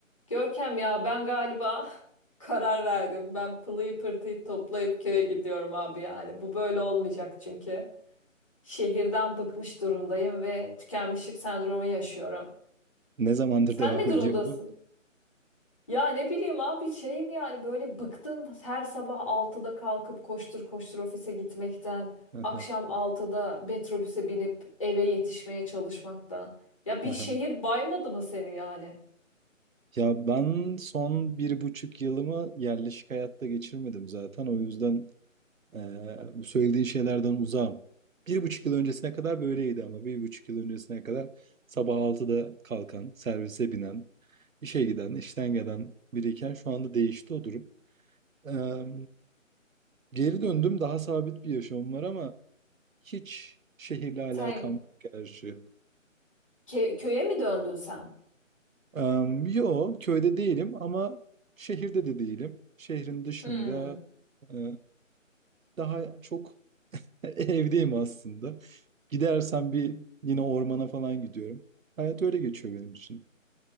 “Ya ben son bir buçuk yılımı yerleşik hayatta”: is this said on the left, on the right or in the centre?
Right